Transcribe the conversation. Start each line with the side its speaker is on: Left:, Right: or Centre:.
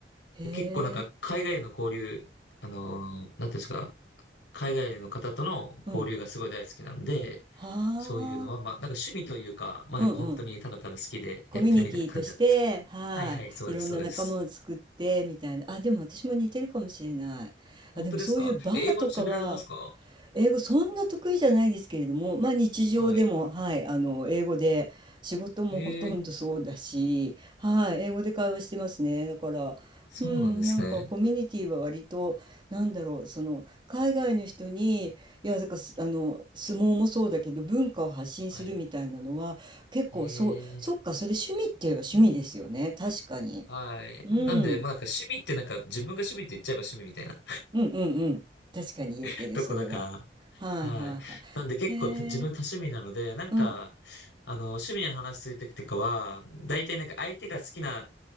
Right: へ
Left: 結構、なんか、
Right: え、
Left: 海外の交流、あのーなんていうんですか、海外の方との交流がすごい大好きなんで、
Right: うん。はあ、
Left: そういうのは、まあ、なんか趣味というか、まあ、
Right: うんうん。
Left: なんか本当にただただ好きでやってるみたいな感じなんですけど。
Right: コミュニティとして、はい。
Left: はいはい、そうです、
Right: いろんな仲間を作って、
Left: そうです。
Right: みたいな。あ、でも私も似てるかもしれない。
Left: 本当ですかえ、
Right: あ、でもそういうバーとかは、
Left: 英語喋られますか
Right: 英語そんな得意じゃないですけれども、まあ日常でも、
Left: はい。
Right: はい、あの、英語で、仕事もほとんどそうだし、
Left: えー、
Right: はい、英語で会話してますね。だから、
Left: そうなんですね。
Right: うん、なんかコミュニティは割と、なんだろう、その、海外の人に、いや、だからす、あの、相撲もそうだけど、文化を発信するみたいなのは、
Left: はい。
Right: 結構、
Left: えー
Right: そう、そっか、それ趣味って言えば趣味ですよね。確かに。
Left: はい。
Right: うん、
Left: なんで、
Right: うん
Left: まあなんか趣味ってなんか自分が趣味って言っちゃえば趣味みたいな
Right: うんうん。確かに言えてる、
Left: <laughs> とこだから。
Right: それは。はいはいはい。
Left: はい。なんで結構た自分多趣味なので、
Right: へえ、
Left: なんか、
Right: うん
Left: あの、趣味の話するときとかは、大体なんか相手が好きな